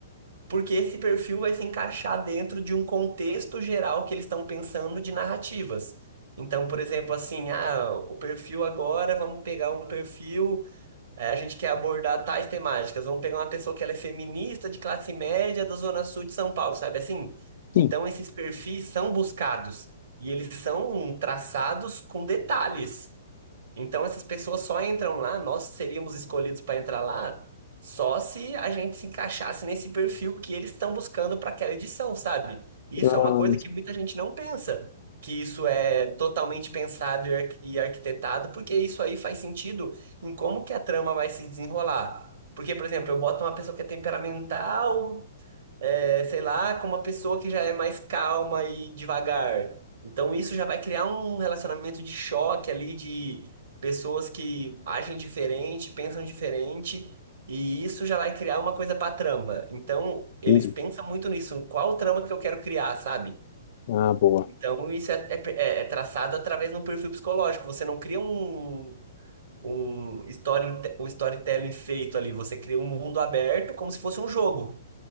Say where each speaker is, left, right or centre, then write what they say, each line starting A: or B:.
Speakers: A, on the right; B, on the left.
A: porque esse perfil vai se encaixar dentro de um contexto geral que eles estão pensando de narrativas. Então, por exemplo, assim, ah, o perfil agora, vamos pegar um perfil é, a gente quer abordar tais temáticas. Vamos pegar uma pessoa que ela é feminista de classe média da Zona Sul de São Paulo, sabe assim? Então,
B: Sim.
A: esses perfis são buscados e eles são traçados com detalhes. Então essas pessoas só entram lá, nós seríamos escolhidos para entrar lá só se a gente se encaixasse nesse perfil que eles estão buscando para aquela edição, sabe? Isso
B: Ah,
A: é uma coisa que muita gente não pensa, que isso é totalmente pensado e arqu- e arquitetado, porque isso aí faz sentido em como que a trama vai se desenrolar. Porque, por exemplo, eu boto uma pessoa que é temperamental, é, sei lá, com uma pessoa que já é mais calma e devagar. Então isso já vai criar um relacionamento de choque ali de pessoas que agem diferente, pensam diferente, e isso já vai criar uma coisa para trama. Então eles
B: entendi.
A: pensam muito nisso, qual trama que eu quero criar, sabe?
B: Ah, boa.
A: Então isso é, é- é é traçado através de um perfil psicológico. Você não cria um um story, um storytelling feito ali, você cria um mundo aberto como se fosse um jogo.